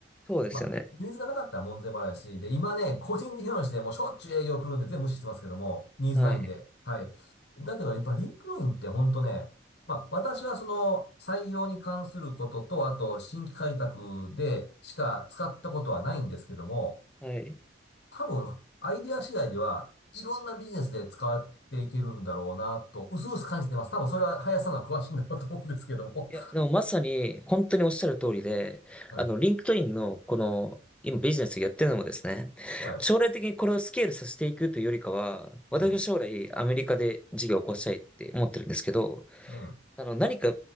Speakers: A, in the centre; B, on the left.
A: そうですよね。
B: まあ、ニーズがなかったら門前払いだし、で、今ね、個人事業主でもうしょっちゅう営業来るんで全部無視してますけども、ニーズないんで。
A: はい。
B: はい。だけど、やっぱリンクドインって本当ね、まあ、私はその採用に関することと、あと新規開拓でしか使ったことはないんですけども、
A: はい。
B: 多分、アイディア次第では、いろんなビジネスで使っていけるんだろうなと、うすうす感じてます。多分それは林さんの方が詳しいんだろうと思うんですけども。
A: いや、でもまさに本当におっしゃる通りで、
B: <laughs> はい。
A: あの、リンクトインのこの、今ビジネスをやってるのもですね、
B: はい。
A: 将来的にこれをスケールさせていくというよりかは、私は将来アメリカで事業を起こしたいって思ってるんですけど、
B: うん。うん。
A: あの、何か